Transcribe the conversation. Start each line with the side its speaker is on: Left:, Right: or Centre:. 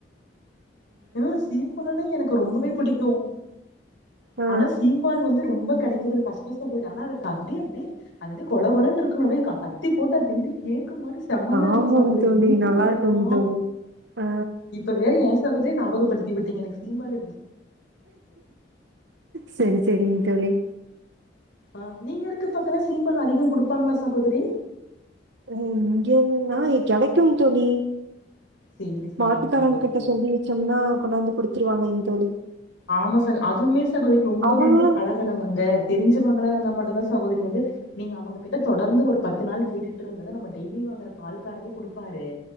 Left: ஆ சீம்பால்னா எனக்கு ரொம்பவே பிடிக்கு
Right: ஆ
Left: ஆனா சீம்பால் வந்து ரொம்ப கெடைக்கறது கஷ் ஆமா சகோதரி ஆனா அதுக்கப்டி அப்டி அது அப்டியே கொழ கொழன்ருக்கும் அப்டியே க த்தி போட்டு அது வெந்து கேக்கு மாரி செமயா இருக்கு
Right: ஆமாங்
Left: சகோதரி
Right: தோழி
Left: இனிப்புக்கு
Right: நல்லா
Left: அதுக்கு
Right: இருக்குங் தோழி ஆ
Left: இப்ப வேற ஏ சகோதரி ஞாபகப்படுத்தி விட்டீங்க எனக்கு சீம்பாலு
Right: சேரி சேரிங் தோழி
Left: ஆ நீங்க இருக்க பக்கல சீம்பால்லா அதிகம் குடுப்பாங்களா சகோதரி
Right: இங்கேன்னா கெடைக்கும் தோழி
Left: சேரி சேரிங்க
Right: மாட்டுக்காரங்ங்கிட்ட
Left: சகோதரி
Right: சொல்லி வெச்சோம்னா கொண்டாந்து குடுத்துருவாங்கங் தோழி
Left: ஆமா சகோ அதுவுமே சகோதரி ரொம்ப
Right: அவங்களு
Left: வந்து பழகனவங்க தெரிஞ்சவங்களா இருந்தா மட்டுதா சகோதரி வந்து நீங்க அவங்ககிட்ட தொடர்ந்து ஒரு பத்து நாள் கேட்டுட்டுருந்தத நம்ம டெய்லி வாங்கற பால்காரரே குடுப்பாரு